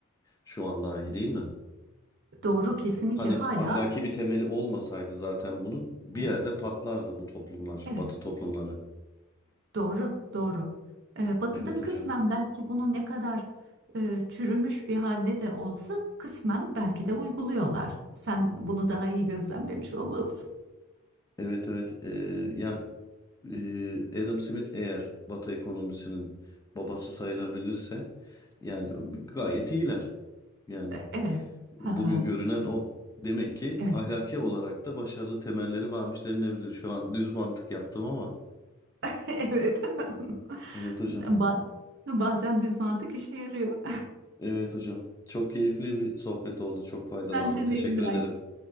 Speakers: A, on the left (about 15°); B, on the right (about 50°).
A: şu an dahi değil mi?
B: Doğru kesinlikle
A: Hani
B: hala
A: ahlaki bir temeli olmasaydı zaten bunun bir
B: evet,
A: yerde patlardı bu toplumlar,
B: evet.
A: Batı toplumları.
B: Doğru, doğru. Ee, Batı'da
A: Evet hocam.
B: kısmen belki bunu ne kadar e, çürümüş bir halde de olsa kısmen belki de uyguluyorlar. Sen bunu daha iyi gözlemlemiş olmalısın.
A: Evet evet. Ee, ya Ee, Adam Smith eğer Batı ekonomisinin babası sayılabilirse yani gayet iyiler. Yani
B: Ee, Evet. Ha
A: bugün
B: ha.
A: görünen o. Demek ki
B: Evet.
A: ahlaki olarak da başarılı temelleri varmış denilebilir. Şu an düz mantık yaptım ama.
B: <laughs> Evet. <laughs>
A: Evet hocam.
B: Ba- Bazen düz mantık işe yarıyor.
A: Evet hocam. Çok keyifli bir sohbet oldu. Çok faydalandım.
B: <laughs> Bence
A: Teşekkür
B: de İbrahim.
A: ederim.